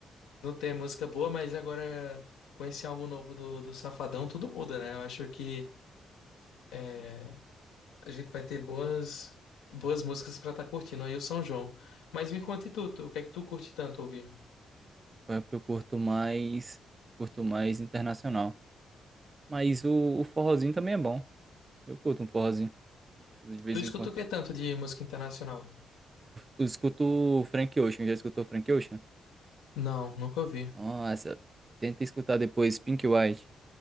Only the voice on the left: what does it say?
Não tem música boa, mas agora com esse álbum novo do, do Safadão, tudo muda, né? Eu acho que é, a gente vai ter boas, boas músicas pra estar curtindo aí o São João. Mas me conta e tu, tu, o que é que tu curte tanto ouvir?
Tu
escuta
o que tanto de música internacional?
Não, nunca ouvi.